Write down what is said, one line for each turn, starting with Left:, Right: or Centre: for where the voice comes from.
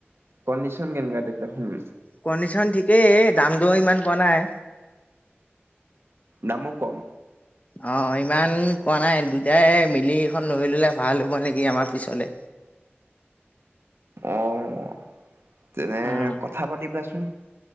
Right: কণ্ডিশন কেনেকুৱা টেক্টৰ খন।
Left: কণ্ডিচন ঠিকেই দাম দ ইমান পোৱা নাই।
Right: দামো কম।
Left: অ' ইমান কোৱা নাই দুটাই মিলিখন লৈ ল'লে ভাল হ'ব নেকি আমাৰ পিছলে।
Right: অ', তেনে
Left: উম,
Right: কথা পাতিবাচোন।